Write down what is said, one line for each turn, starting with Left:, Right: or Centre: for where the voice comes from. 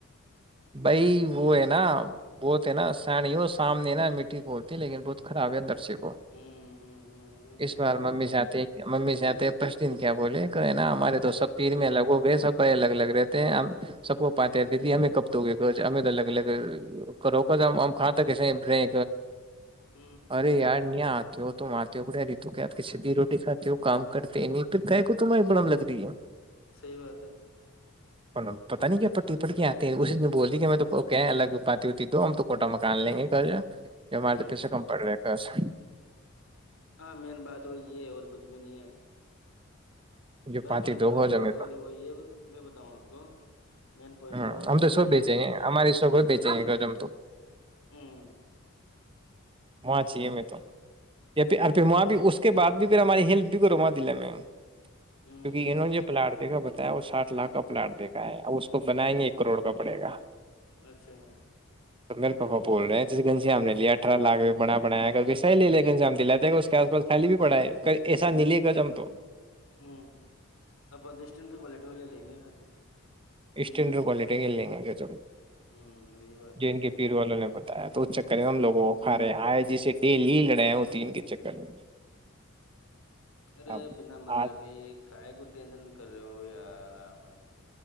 Right: بھائی وہ ہے نا وہ تو نا سنی ہو سامنے نا مٹی بولتی لیکن بہت خراب ہے اندر وہ
Left: ہ ہ ہ ہوتے
Right: اس
Left: ہے
Right: بار ممی چاہتے ہیں کہ ممی سے آتے پش دن کیا بولے نا ہمارے
Left: ہ
Right: تو سب پیر میں الگ وہ ب سب الگ الگ رہتے ہیں ہم سب کو پاتے ہیںیدی ہمیں ک ہمیں تو الگ الگ کروک ہم کاں کیسے رہے
Left: ہ
Right: ارے یار نیا آ <unintelligible>
Left: صحی بات ہے
Right: پتا نہیں کیا پٹی پٹ کے آتے ہیں اسسی بول دی کہ میں تو کہ الگ پاتی ہوتی دو ہم تو کوٹا مکان لیں گے گھر یہ ہمار
Left: ہوں
Right: تو پیسے کم پڑ رہے اچھا
Left: ہاں مین بات وہ یہ ہے اور کچھ بھی نہیں ہے
Right: جو
Left: بھائی
Right: پاتی
Left: مین
Right: دو
Left: پوائنٹ
Right: ہو جائے
Left: بات
Right: میں
Left: والی
Right: تو
Left: وہی ہے میں بتاؤں آپ کو مین پوائنٹ
Right: ہوں،
Left: تو
Right: ہم تو
Left: یہ
Right: سو
Left: بھائی
Right: بیہچے گے ہماری شو کوئی بیہچے گے گ ہم تو
Left: ہوں
Right: وہاں چاہیے میں تو پھر پھر وہاں بھی اس کے بعد بھی پھر ہماری ہیلپ بھی کرو وہاں دلہ میں کیونکہ
Left: ہوں
Right: انہوں ج پلاڑ کے دیکھا بتایا وہ سٹھ لاکھ کا پلاٹ دیکھا ہے اس کو بنائیں گے ایک کروڑ کا پڑے گا
Left: اچھا
Right: تو میرے پاپا بول رہے ہیںے گنجیاام نے لیا اٹارہ لاکھ بڑا بنایا صح لے لیکن شام دلاتے اس کے آس پس خالی بھی پڑاائے ایسا نہیں لے گ ہم تو
Left: ہوں اب پندرہ اسٹینڈر کوالٹی والے لیں گے گا
Right: اسس اینر کوالٹی گگ لےگ کیا چ
Left: ہوں وہی بات
Right: جن
Left: ہے
Right: کے پیر والوں نے بتایا تو اس چکر ہے
Left: ہوں
Right: ہم لوگوں کو آئے جیسے ڈیلی ہی لڑے ہیں وہ تین کے چکر میں
Left: ارے
Right: اب
Left: بنا مطلب
Right: آج
Left: یہ کائے گ ٹینشن کر رہے ہو یار آپ